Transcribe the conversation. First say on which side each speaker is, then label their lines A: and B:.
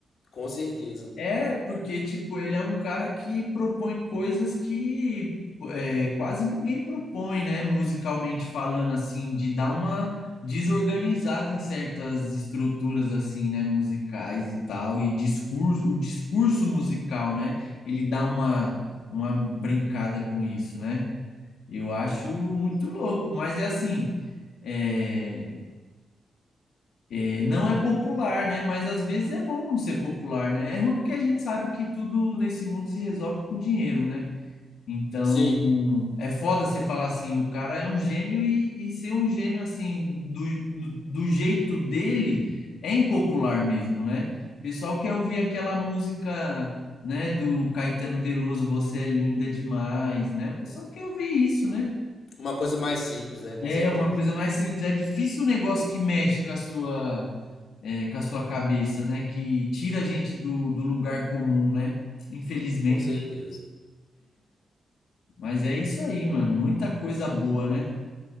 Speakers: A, on the left (about 60°); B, on the left (about 80°).
A: Com certeza.
B: É, porque, tipo, ele é um cara que propõe coisas que é, quase ninguém propõe, né? Musicalmente falando, assim, de dar uma desorganizada em certas estruturas, assim, né? Musicais e tal, e discurso, o discurso musical, né? Ele dá uma, uma brincada com isso, né? Eu acho muito louco, mas é assim, é, é, não é popular, né? Mas às vezes é bom não ser popular, né? É ruim porque a gente sabe que tudo nesse mundo se resolve com dinheiro, né? Então,
A: Sim,
B: é foda você falar assim, o cara é um gênio e, e ser um gênio assim, do, do jeito dele, é impopular mesmo, né? O pessoal quer ouvir aquela música, né, do Caetano Veloso, Você é linda demais, né? O pessoal quer ouvir isso, né?
A: uma coisa mais simples, né? Com
B: É
A: certeza.
B: uma coisa mais simples, é difícil um negócio que mexe com a sua é, com a sua cabeça, né? Que tira a gente do, do lugar comum, né? Infelizmente.
A: Com certeza.
B: Mas é isso aí, mano. Muita coisa boa, né?